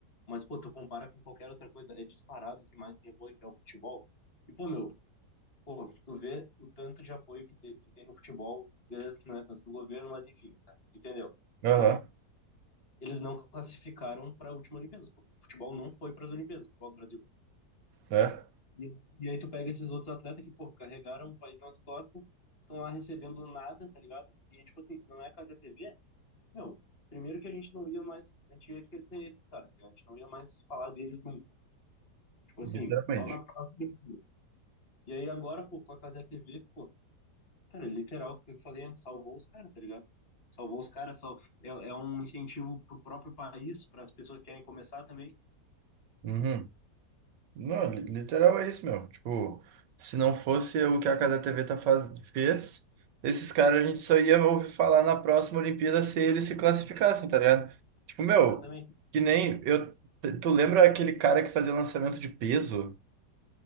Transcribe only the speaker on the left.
mas, pô, tu compara com qualquer outra coisa, é disparado o que mais tem apoio, que é o futebol, e, pô, meu, pô, tu vê o tanto de apoio que tem, que tem no futebol, beleza que não é tanto do governo, mas enfim, tá, entendeu?
Pô, eles não classificaram para a última Olimpíadas, pô, o futebol não foi para as Olimpíadas, o futebol do Brasil
E, e aí tu pega esses outros atletas que, pô, carregaram o país nas costas, estão lá recebendo nada, tá ligado? E, tipo assim, se não é a Casa TV, meu, primeiro que a gente não ia mais, a gente ia esquecer esses caras, tá ligado? A gente não ia mais falar deles nunca. Tipo assim,
só na próxima. E aí agora, pô, com a Casa TV, pô, cara, literal, o que eu falei antes, salvou os caras, tá ligado? Salvou os caras, sal... é, é um incentivo pro próprio país, para as pessoas que querem começar também.
Exatamente.